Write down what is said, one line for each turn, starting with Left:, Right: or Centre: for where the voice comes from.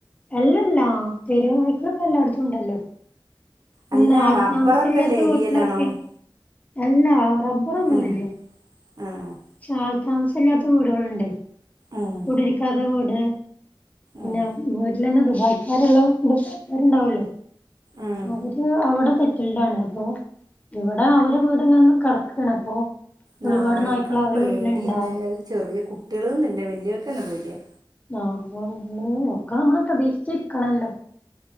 Left: അല്ലെല്ലാ തെരുവ് നായ്ക്കളൊക്കെ എല്ലാടത്തും ഉണ്ടല്ലോ പിന്നെ
Right: അല്ല
Left: ആൾ
Right: റബ്ബറൊക്കെല്ല
Left: താമസല്ലാത്ത
Right: ഏരിയയിലാണോന്ന്
Left: വീട്ടിലൊക്കെ എല്ലാ റബ്ബറൊന്നൂല്യ
Right: ഉം
Left: പക്ഷെ
Right: ഉം
Left: ആൾ താമസല്ലാത്ത വീടുകളുണ്ടെയ്
Right: ഉം
Left: കുടിരിക്കാത്ത വീട് പിന്നെ
Right: ഉം
Left: വ് അയ്ലന്നേ ദുബൈക്കാരുള്ളോം ദുബൈകാരുണ്ടാവോല്ലോ
Right: ഉം
Left: അവര് അവിടെ സെറ്റി കുണ്ടാണ് അപ്പൊ ഇവടെ അവരെ വീട് ഇങ്ങനെ കെടക്കാണ് അപ്പൊ
Right: നായ്ക്കളെ
Left: ഒരുപാട് നായ്ക്കള് അവരെ
Right: പേടി
Left: വീട്ടിലുണ്ടാവും
Right: തന്നെ അത് ചെറിയ കുട്ടിയാള്ന്ന് ഇല്ല വലിയോർക്കു തന്നെ പേടിയാ
Left: ആഹ്‌ അപ്പൊ നമ്മള് ഒക്കെ നമ്മള് പ്രതീക്ഷിച്ചിരിക്കണല്ലോ